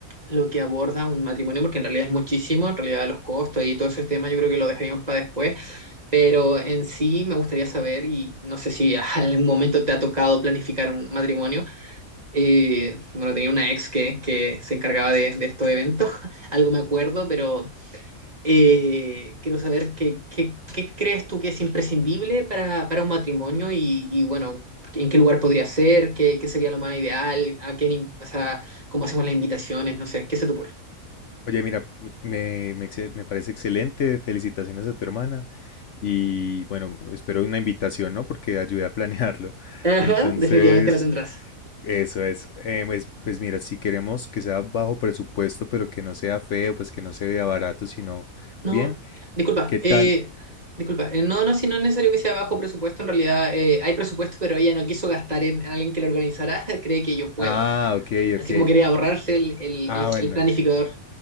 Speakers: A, on the right; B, on the left.
A: lo que aborda un matrimonio, porque en realidad es muchísimo, en realidad los costos y todo ese tema yo creo que lo dejaríamos para después, pero en sí me gustaría saber, y no sé si a <laughs> algún momento te ha tocado planificar un matrimonio. eh, bueno, tenía una ex que, que se encargaba de, de estos eventos, <laughs> algo me acuerdo, pero eh, quiero saber qué, qué, qué crees tú que es imprescindible para, para un matrimonio y, y, bueno, en qué lugar podría ser, qué, qué sería lo más ideal, a qué, ni- o sea, cómo hacemos las invitaciones, no sé, ¿qué se te ocurre?
B: Oye, mira, me, me- me excel- me parece excelente. Felicitaciones a tu hermana. Y bueno, espero una invitación, ¿no? Porque ayudé a planearlo. <laughs>
A: Ajá,
B: Entonces,
A: definitivamente la tendrás.
B: eso es. Eh, pues, pues mira, si queremos que sea bajo presupuesto, pero que no sea feo, pues que no se vea barato, sino
A: No,
B: bien,
A: disculpa,
B: ¿qué
A: eh,
B: tal?
A: disculpa, eh, no, no, si no es necesario que sea bajo presupuesto, en realidad eh, hay presupuesto, pero ella no quiso gastar en alguien que lo organizara, <laughs> cree que yo puedo,
B: Ah, ok,
A: así
B: ok.
A: como quería ahorrarse el, el,
B: Ah,
A: el-
B: bueno.
A: el planificador.